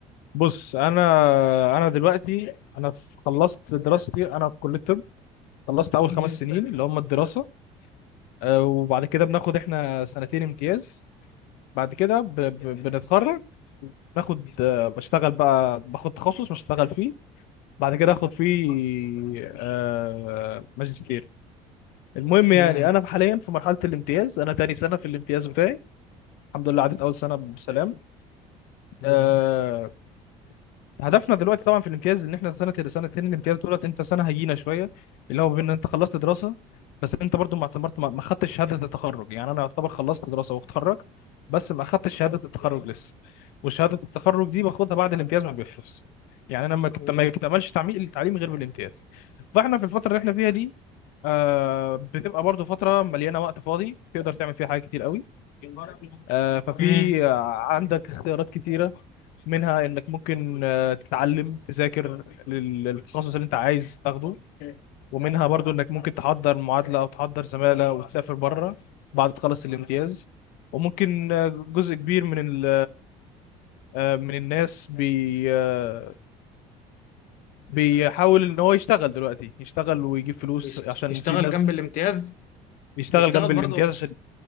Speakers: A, on the left (about 80°); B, on the left (about 65°).
A: بص انا انا دلوقتي انا في خلصت دراستي انا في كليه الطب خلصت اول
B: مم.
A: خمس سنين اللي هم الدراسه آه وبعد كده بناخد احنا سنتين امتياز بعد كده ب... ب... بنتخرج ناخد آه، بشتغل بقى باخد تخصص بشتغل فيه بعد كده اخد فيه آه ماجستير المهم يعني
B: مم.
A: انا حاليا في مرحله الامتياز انا تاني سنه في الامتياز بتاعي الحمد لله عدت اول سنه بسلام
B: الحمد
A: آه
B: لله
A: هدفنا دلوقتي طبعا في الامتياز ان احنا سنه سنتين الامتياز دولت انت سنه هيجينا شويه اللي هو بين انت خلصت دراسه بس انت برضو ما اعتبرت ما ما خدتش شهاده التخرج يعني انا يعتبر خلصت دراسه واتخرج بس ما خدتش شهاده التخرج لسه وشهاده التخرج دي باخدها بعد الامتياز ما بيخلص يعني انا ما كت-
B: مم.
A: ما اكتملش تعميق التعليم غير بالامتياز فاحنا في الفتره اللي احنا فيها دي آه بتبقى برضو فتره مليانه وقت فاضي تقدر تعمل فيها حاجات كتير قوي آه ففي
B: مم.
A: آه، عندك اختيارات كتيره منها انك ممكن آه، تتعلم تذاكر لل- للتخصص اللي انت عايز تاخده ومنها برضو انك ممكن تحضر معادلة او تحضر زمالة وتسافر بره بعد تخلص الامتياز وممكن آه، جزء كبير من ال آه، من الناس بي آه، بيحاول ان هو يشتغل دلوقتي يشتغل ويجيب فلوس
B: يشت-
A: عشان
B: يشتغل
A: في ناس
B: جنب الامتياز
A: بيشتغل
B: بيشتغل
A: جنب الامتياز
B: برضه
A: عشان